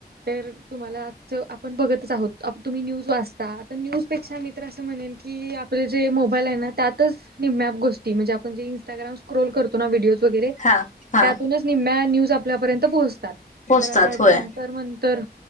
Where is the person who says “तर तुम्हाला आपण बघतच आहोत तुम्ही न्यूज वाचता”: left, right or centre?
Right